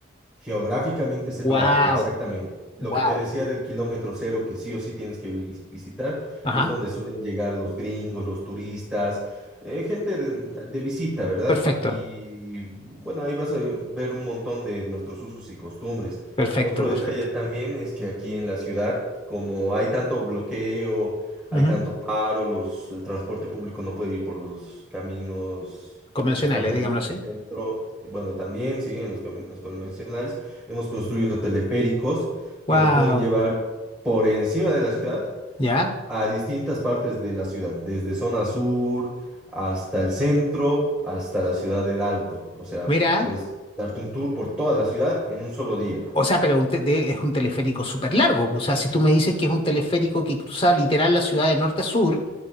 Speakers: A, in the centre; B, on the left.
A: Geográficamente separada,
B: Wow,
A: exactamente. Lo
B: wow.
A: que te decía del kilómetro cero, que sí o sí tienes que vis- visitar,
B: Ajá.
A: es donde suelen llegar los gringos, los turistas, eh, gente de, de visita, ¿verdad?
B: Perfecto.
A: Y bueno, ahí vas a ver un montón de nuestros usos y costumbres.
B: Perfecto,
A: Otro detalle
B: perfecto.
A: también es que aquí en la ciudad, como hay tanto bloqueo, hay
B: Ujú.
A: tanto paro, los, el transporte público no puede ir por los caminos
B: Convencionales,
A: que están ahí
B: digámoslo así.
A: en el centro. Y Bueno, también, sí, en los caminos convencionales hemos construido teleféricos
B: Wow,
A: que nos pueden llevar por encima de la ciudad
B: ya.
A: a distintas partes de la ciudad, desde zona sur hasta el centro, hasta la ciudad del Alto. O sea,
B: Mira,
A: pues darte un tour por toda la ciudad en un solo día.
B: o sea, pero un te- de- es un teleférico súper largo. O sea, si tú me dices que es un teleférico que cruza literal la ciudad de norte a sur,